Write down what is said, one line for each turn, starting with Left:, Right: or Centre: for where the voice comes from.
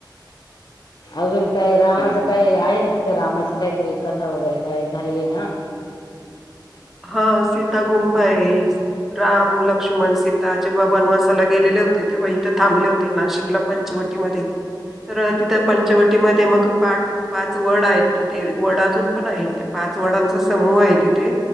Left: अजून काय रामाचं काय आहे ना तिथं रामाची काहीतरी कथा वगैरे काय झालेली ना हम्
Centre: हा सीता गुंफ आहे राम लक्ष्मण सीता जेव्हा वनवासाला गेलेले होते ते वळीथ थांबले होते नाशिकला पंचवटीमध्येध्ये
Left: ह
Centre: तर तिथं पंचवटीमध्ये मग पाठ पाच वड आहेत ना ते वड अजून पण आहेत ते पाच वड सम तथे